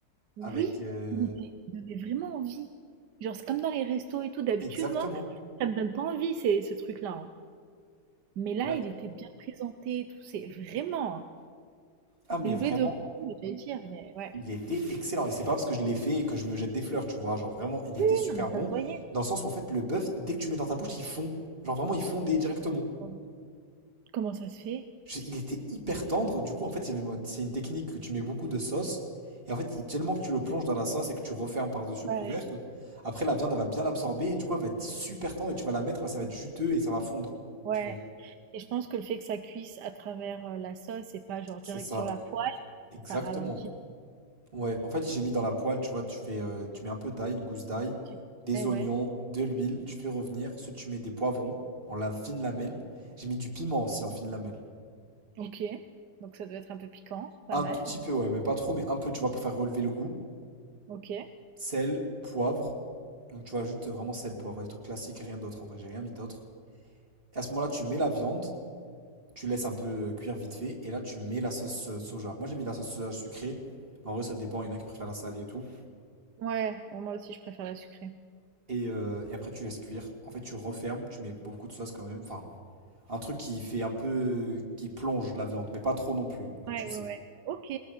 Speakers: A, on the right; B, on the right.
A: Oui,
B: avec euh,
A: il m'était Il me donnait vraiment envie. Genre, c'est comme dans les restos et tout, d'habitude,
B: exactement.
A: moi, ça me donne pas envie, c'est ce truc-là, hein. Mais là,
B: Et là-
A: il était bien présenté et tout, c'est vraiment, hein.
B: Ah mais
A: Et J'ai
B: vraiment,
A: oublié de répondre, j'allais dire, mais ouais.
B: il était excellent. Et c'est pas parce que je l'ai fait et que je me jette des fleurs, tu vois. Genre vraiment, il était
A: Oui, oui,
B: super
A: non, mais
B: bon.
A: ça se voyait,
B: Dans le sens où en fait, le bœuf, dès que tu mets dans ta bouche, il fond. Genre vraiment, il fondait directement.
A: quoi. Comment ça se fait?
B: J'ai- Il était hyper tendre, du coup, en fait, c'est c'est une technique que tu mets beaucoup de sauce, et en fait, il- tellement que tu le plonges dans la sauce et que tu refermes par-dessus le
A: Ouais,
B: couvercle, après la viande, elle va bien l'absorber, et du coup, elle va être super tendre, et tu vas la mettre, bah, ça
A: OK.
B: va être juteux et ça va fondre.
A: Ouais.
B: Tu vois,
A: Et je pense que le fait que ça cuise à travers euh, la sauce et pas genre
B: c'est
A: direct
B: ça,
A: sur la poêle,
B: exactement.
A: ça ralentit.
B: Ouais, en fait, j'ai mis dans la poêle, tu vois, tu fais, euh, tu mets un peu d'ail, une gousse d'ail,
A: Tu-
B: des
A: Ouais, ouais.
B: oignons, de l'huile, tu fais revenir, ensuite tu mets des poivrons en la fine lamelle, j'ai mis du piment aussi en fine lamelle.
A: Ok. Donc ça doit être un peu piquant, pas
B: Un
A: mal.
B: tout petit peu, ouais, mais pas trop, mais un peu, tu vois, pour faire relever le goût.
A: Ok.
B: sel, poivre. Donc tu ajoutes vraiment sel, poivre, des trucs classiques, rien d'autre en vrai, j'ai rien mis d'autre. Et à ce moment-là, tu mets la viande, tu laisses un peu euh, cuire vite fait, et là tu mets la sauce euh, soja. Moi j'ai mis la sauce soja sucrée, mais en vrai ça dépend, il y en a qui préfèrent la salée et tout.
A: Ouais, bon, moi aussi je préfère la sucrée.
B: Et, euh, et après tu laisses cuire. En fait tu refermes, tu mets beaucoup de sauce quand même. Enfin, un truc qui fait un peu, qui plonge la viande, mais pas trop non plus,
A: Ouais,
B: tu
A: ouais,
B: sais.
A: ouais. Ok.